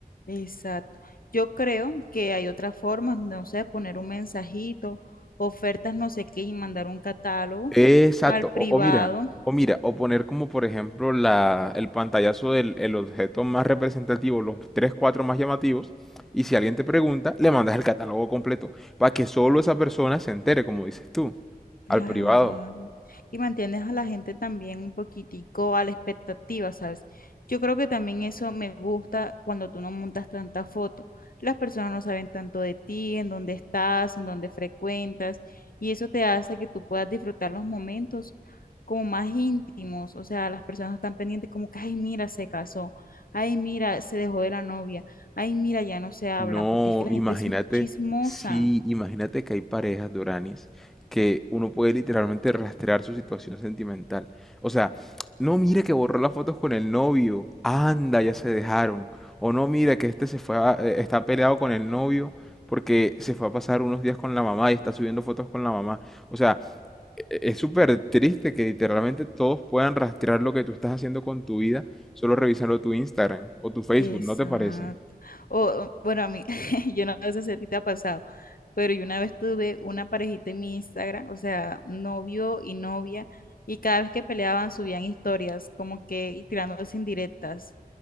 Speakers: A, on the left; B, in the centre.
A: exacto. Yo creo que hay otras formas, no sé, poner un mensajito, ofertas no sé qué y mandar un catálogo
B: Exacto,
A: al privado.
B: o, o mira, o mira, o poner como por ejemplo la, el pantallazo del el objeto más representativo, los tres, cuatro más llamativos, y si alguien te pregunta, le mandas el catálogo completo, para que solo esa persona se entere, como dices tú,
A: Claro.
B: al privado.
A: Y mantienes a la gente también un poquitico a la expectativa, ¿sabes? Yo creo que también eso me gusta cuando tú no montas tanta foto. Las personas no saben tanto de ti, en dónde estás, en dónde frecuentas, y eso te hace que tú puedas disfrutar los momentos como más íntimos. O sea, las personas están pendientes como que, ay, mira, se casó, ay, mira, se dejó de la novia, ay, mira, ya no se hablan,
B: No,
A: porque es que la
B: imagínate,
A: gente es muy chismosa.
B: sí, imagínate que hay parejas, Doranis, que uno puede literalmente rastrear su situación sentimental. O sea, no mira que borró las fotos con el novio, anda, ya se dejaron. O no mira que este se fue a- eh, está peleado con el novio porque se fue a pasar unos días con la mamá y está subiendo fotos con la mamá. O sea, e- e- es súper triste que literalmente todos puedan rastrear lo que tú estás haciendo con tu vida solo revisando tu Instagram o tu Facebook,
A: Exacto.
B: ¿no te parece?
A: O, bueno, a mí, <laughs> yo no sé si a ti te ha pasado, pero yo una vez tuve una parejita en mi Instagram, o sea, novio y novia, y cada vez que peleaban subían historias, como que y tirándose indirectas